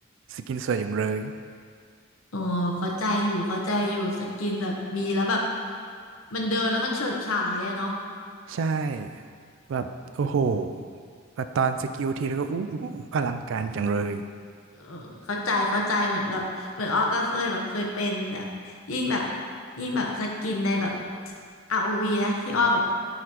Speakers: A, on the right; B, on the left.
A: สกินสวยอย่างเลย
B: อ๋อเข้าใจอยู่เข้าใจอยู่สกินแบบมีแล้วแบบมันเดินแล้วมันเฉิดฉายอะเนาะ
A: ใช่ แบบโอ้โหแบบตอนสกิลทีแล้วก็อู้หูอลังการจังเลย
B: เออเข้าใจเข้าใจเหมือนแบบเหมือนออก็เคยแบบเคยเป็นแบบยิ่งแบบยิ่งแบบสกินในแบบอาร์โอวีนะที่อ้อแบบ